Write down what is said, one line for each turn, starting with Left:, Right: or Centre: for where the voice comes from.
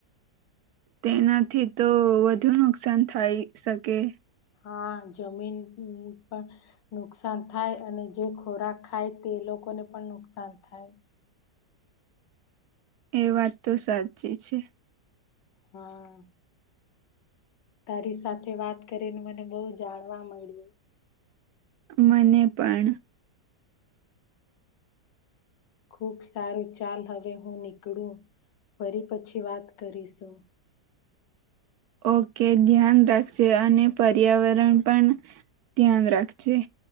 Right: તેનાથી તો વધુ નુકસાન થાય શકે
Left: હા જમીન પણ નુકસાન થાય અને જે ખોરાક ખાય તે લોકો લોકોને પણ નુકસાન થાય
Right: એ વાત તો સાચી છે
Left: હા તારી સાથે વાત કરીને મને બહુ જાણવા મળ્યું
Right: મને પણ
Left: ખુબ સારું ચાલ હવે હું નીકળું ફરી પછી વાત કરીશું
Right: ઓકે ધ્યાન રાખજ અને પર્યાવરણ પણ ધ્યાન રાખજ